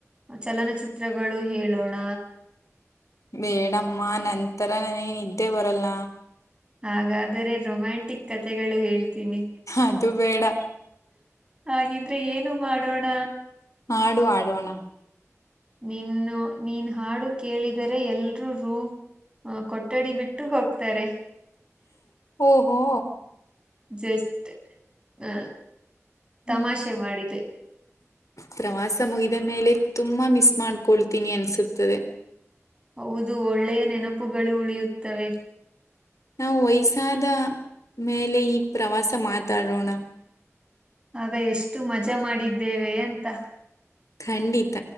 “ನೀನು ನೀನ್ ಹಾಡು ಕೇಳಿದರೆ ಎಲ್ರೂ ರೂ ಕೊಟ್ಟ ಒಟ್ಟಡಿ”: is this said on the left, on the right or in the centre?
Right